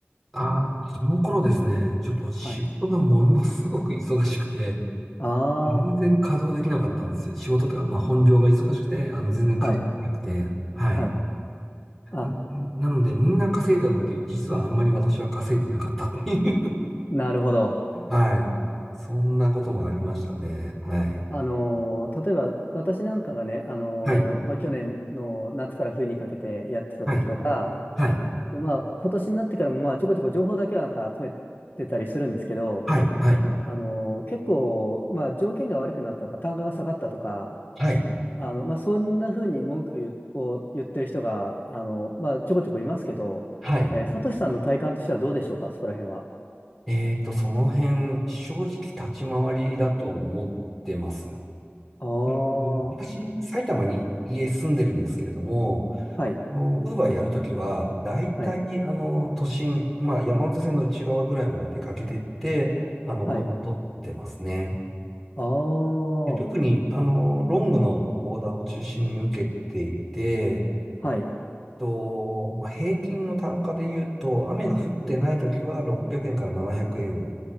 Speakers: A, in the centre; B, on the left.
A: ああ、その頃ですね、ちょっと仕事がものすごく忙しくて、
B: はい。あ
A: 全然稼働できなかったんですよ。仕事というか、まあ本業が忙しくて、あの、全然稼働できなくて、
B: あ、はい、
A: はい。
B: はい。あ、
A: んなので、みんな稼いだ時、実はあんまり私は稼いでなかったっていう
B: なるほど。
A: <laughs> はい。そんなこともありましたね。はい。
B: あのー、例えば、私なんかがね、あのー、
A: はい。
B: まあ、去年の夏から冬にかけてやってた時とか、
A: はい。はい。
B: あとまあ、今年になってからも、まあ、ちょこちょこ情報だけはなんか集めてたりするんですけど、
A: はい。はい。
B: あの、結構、まあ、条件が悪くなったとか、単価が下がったとか、
A: はい。
B: あの、まあ、そんなふうに文句言を言ってる人が、あの、まあ、ちょこちょこいますけど、
A: はい
B: えー、サトシさんの体感としてはどうでしょうか、そこら辺は。
A: えっと、その辺、正直立ち回りだと思ってます。
B: ああ、
A: うんうん私、
B: は
A: 埼玉に家住んでるんですけれども、
B: い、
A: ウーバーやるときは、だいたい、
B: はい、
A: あの、都心、まあ、山手線の内側ぐらいまで出かけてって、あの、
B: はい。
A: オーダー取ってますね。
B: ああ、
A: で、特に、
B: は
A: あの、ロングのオーダーを中心に受けていて、
B: い、
A: と、まあ、平均の単価で言うと、雨が降ってないときは600円から700円